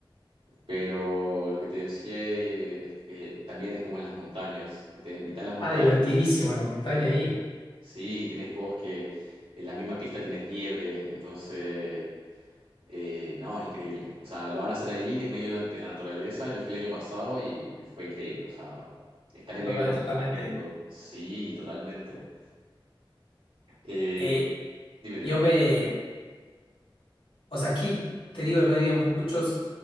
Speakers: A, on the right; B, on the left.
A: Pero lo que te decía eh, es que también es como en las montañas. Este, en mitad de las montañas
B: Ah, divertidísimo la montaña
A: tienes,
B: ahí,
A: sí, tienes bosque, en la misma pista tienes nieve. Entonces, eh, no, es increíble. O sea, lo van a hacer ahí, que es medio de la, de la naturaleza. Yo fui el año pasado y fue increíble. O sea, estar
B: lo
A: en medio
B: vale
A: de la montaña
B: totalmente.
A: y todo. Sí, totalmente. Eh,
B: Eh,
A: dime, dime.
B: yo me, o sea, aquí te digo, no he ido muchos